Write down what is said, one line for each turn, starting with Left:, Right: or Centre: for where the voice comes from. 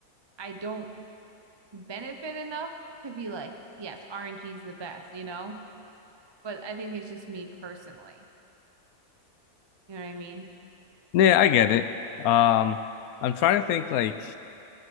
Right: I don't benefit enough to be like, yes, RNG is the best, you know? But I think it's just me personally. You know what I mean?
Left: Yeah, I get it. Um, I'm trying to think like